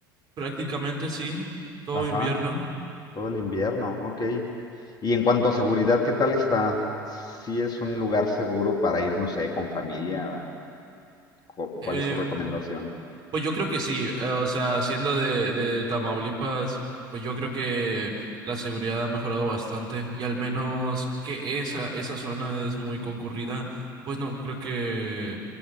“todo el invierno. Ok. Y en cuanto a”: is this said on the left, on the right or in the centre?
Left